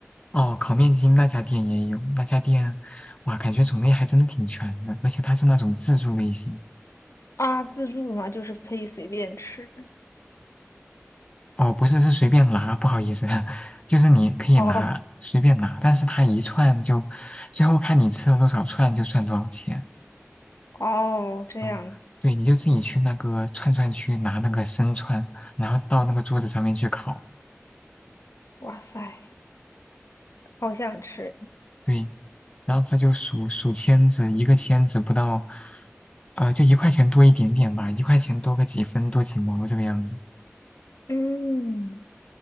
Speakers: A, on the left (about 25°); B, on the left (about 85°).
A: 哦，烤面筋那家店也有，那家店哇，感觉种类还真的挺全的，而且它是那种自助类型。
B: 啊。自助嘛，就是可以随便吃。
A: 哦，不是，是随便拿，不好意思，<laughs> 就是你可以拿，
B: 哦
A: 随便拿，但是它一串就，最后看你吃了多少串就算多少钱。
B: 哦，这样子，
A: 嗯，对，你就自己去那个串串区拿那个生串，然后到那个桌子上面去烤。
B: 哇塞，好想吃。
A: 对，然后他就数数签子，一个签子不到，呃，就一块钱多一点点吧，一块钱多个几分，多几毛这个样子。
B: 嗯，